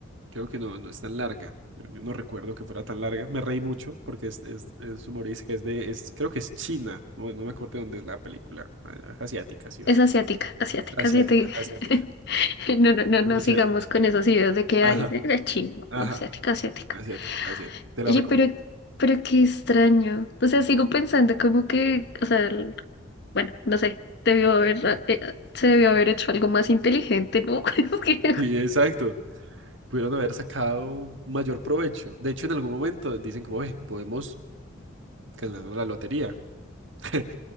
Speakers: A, on the right; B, on the left.
A: Creo que no, no es tan larga. Yo, yo no recuerdo que fuera tan larga. Me reí mucho porque es, es, es humorística, es de, es, creo que es China. Bueno, no me acuerdo de dónde es la película. Ah, Es asiática, sí o
B: Es
A: sí.
B: asiática, asiática,
A: Asiática,
B: asiática.
A: asiática.
B: <laughs> No, no, no, no
A: Muy
B: sigamos
A: chévere.
B: con esos ideas de que
A: Ajá,
B: hay de chingo,
A: ajá.
B: asiática, asiática.
A: Asiática, asiática. Te
B: Oye,
A: la recomiendo.
B: pero, pero qué extraño. O sea, sigo pensando como que, o sea, el- bueno, no sé, debió haber, eh, se debió haber hecho algo más inteligente, ¿no? <laughs> Es que
A: Sí, exacto. Pudieron haber sacado mayor provecho. De hecho, en algún momento dicen como, "Ve, podemos ganar la lotería. <laughs>